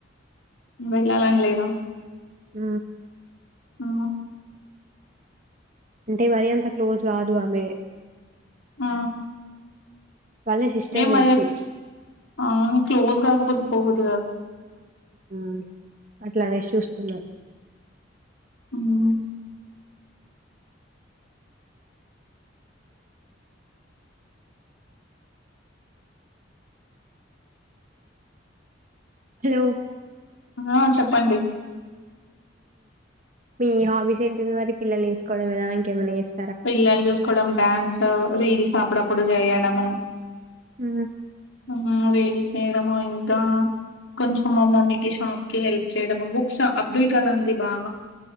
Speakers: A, on the left (about 85°); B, on the right (about 40°).
A: వెళ్ళలానీ లేద
B: ఆ
A: ఆ
B: అంటే మరి అంత క్లోజ్ కాదు ఆమె
A: ఆ
B: వాళ్ళ సిస్టర్
A: ఏ మరిఅవును
B: తెలుసు.
A: క్లోజ్ గాకపోతే పోదు
B: హ్ అట్లానేషి చూస్తున్నా
A: అవునా
B: హలో
A: ఆ చెప్పండి
B: మీ హాబీస్ ఏంటింది మరి పిల్లల్ని చూసుకోవడంమేనా ఇంకేమైనా చేస్
A: పిల్లల్ని చూసుకోవడం డ్యాన్స్ రీల్స్ అప్పుడప్ ప్పుడు చెయ్యడము
B: ఆ
A: హు వేడి చేయడము ఇంకా కొంచెం మా మమ్మీకి షాప్ కి హెల్ప్ చేయడము బుక్స్ అబ్దుల్ కలాందిి బాగా